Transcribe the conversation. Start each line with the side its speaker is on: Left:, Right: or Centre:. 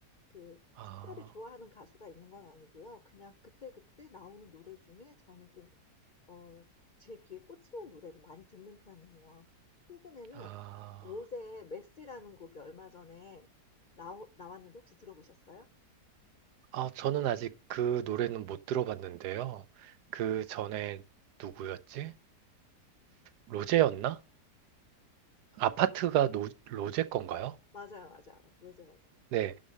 Left: 그
Right: 아.
Left: 특별히 좋아하는 가수가 있는 건 아니고요. 그냥 그때그때 나오는 노래 중에 저는 좀 어 제 귀에 꽂히는 노래를 많이 듣는 편이에요. 최근에는
Right: 아,
Left: 로제의 메시라는 곡이 얼마 전에 나 나왔는데 혹시 들어보셨어요?
Right: 아, 저는 아직 그 노래는 못 들어봤는데요. 그
Left: 음.
Right: 전에 누구였지? 로제였나? 아파트가 노, 로제 건가요?
Left: 어 맞아요, 맞아요. 로제 맞아요.
Right: 네.